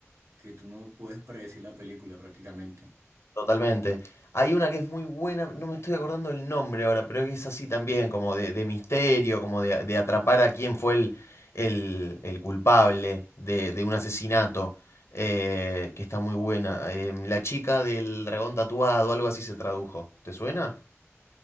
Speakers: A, on the right (about 65°); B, on the left (about 65°).
A: que tú no puedes predecir la película prácticamente.
B: Totalmente. Hay una que es muy buena, no me estoy acordando el nombre ahora, pero que es así también, como de, de misterio, como de, de atrapar a quién fue el, el, el culpable de, de un asesinato, eh, que está muy buena. Em, La chica del dragón tatuado, algo así se tradujo. ¿Te suena?